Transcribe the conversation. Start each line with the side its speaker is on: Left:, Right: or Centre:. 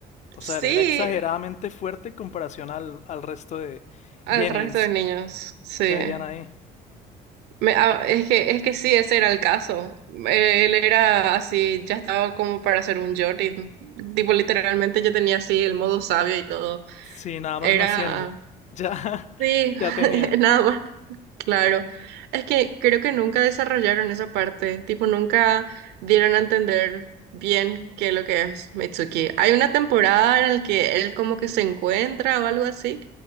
Left: O
Right: Sí,
Left: sea, era exageradamente fuerte en comparación al, al resto de
Right: al
Left: Genins
Right: resto de niños, sí.
Left: que habían ahí.
Right: Me- ah, es que, es que sí, ese era el caso. Él era así, ya estaba como para hacer un Jordan. Tipo, literalmente yo tenía así el modo sabio y todo.
Left: Sí, nada
Right: Era,
Left: más naciendo. Ya, <laughs>
Right: sí, <laughs>
Left: ya tenía.
Right: nada más. Claro, es que creo que nunca desarrollaron esa parte, tipo nunca dieron a entender bien qué es lo que es Mitsuki. Hay una temporada en la que él como que se encuentra o algo así,